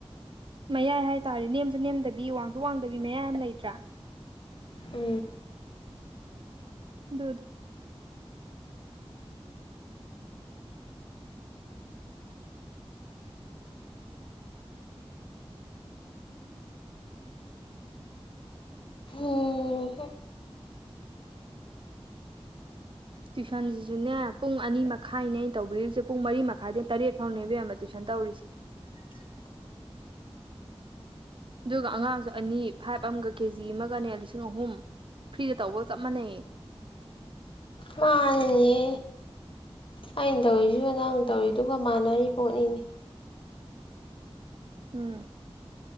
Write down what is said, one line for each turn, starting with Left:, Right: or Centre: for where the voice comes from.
Right: ꯃꯌꯥꯏ ꯍꯥꯏꯇꯥꯔꯦ ꯅꯦꯝꯁꯨ ꯅꯦꯝꯗꯕꯤ ꯋꯥꯡꯁꯨ ꯋꯥꯡꯗꯕꯤ ꯃꯌꯥꯏ ꯑꯃ ꯂꯩꯇ꯭ꯔꯥ
Left: ꯎ
Right: ꯗ
Left: ꯎꯝ
Right: ꯇꯨꯏꯁꯟꯁꯤꯁꯨꯅꯦ ꯄꯨꯡ ꯑꯅꯤ ꯃꯈꯥꯏꯅꯦ ꯑꯩꯅ ꯇꯧꯕꯤꯔꯤꯁꯦ ꯄꯨꯡ ꯃꯔꯤ ꯃꯈꯥꯏꯗꯩꯅ ꯇꯔꯦꯠ ꯐꯥꯎꯅꯦꯕ ꯌꯥꯝꯕ ꯇꯨꯏꯁꯟ ꯇꯧꯔꯤꯁꯦ
Left: <unintelligible>
Right: ꯑꯗꯨꯒ ꯑꯉꯥꯡꯁꯨ ꯑꯅꯤ ꯐꯥꯏꯚ ꯑꯃꯒ ꯀꯦꯖꯤ ꯑꯃꯒꯅꯦ ꯂꯤꯁꯤꯡ ꯑꯍꯨꯝ ꯐ꯭ꯔꯤꯗ ꯇꯧꯕꯒ ꯆꯞ ꯃꯥꯟꯅꯩꯌꯦ
Left: ꯃꯥꯅꯦ ꯑꯩꯅ ꯇꯧꯔꯤꯁꯨ ꯅꯥꯡ ꯇꯧꯔꯤ ꯑꯗꯨꯒꯒ ꯃꯥꯟꯅꯔꯤ ꯄꯣꯠꯅꯤꯅꯦ
Right: ꯎꯝ